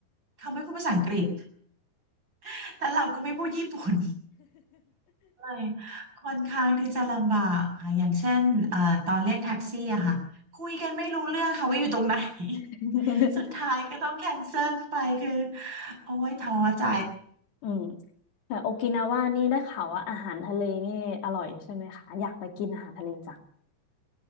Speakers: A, on the right (about 25°); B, on the left (about 75°).
A: เขาไม่พูดภาษาอังกฤษ <laughs> แล้วเราก็ไม่พูดญี่ปุ่น ยค่อนข้างที่จะลำบากค่ะอย่างเช่นเอ่อตอนเรียกแท็กซี่อะค่ะ คุยกันไม่รู้เรื่องค่ะว่าอยู่ตรงไหน
B: <laughs>
A: <laughs> สุดท้ายก็ต้องแคนเซิลไปคือ โอ้ยท้อใจ
B: อืมแต่โอกินาว่านี่ได้ข่าวว่าอาหารทะเลนี่อร่อยใช่ไหมคะอยากไปกินอาหารทะเลจัง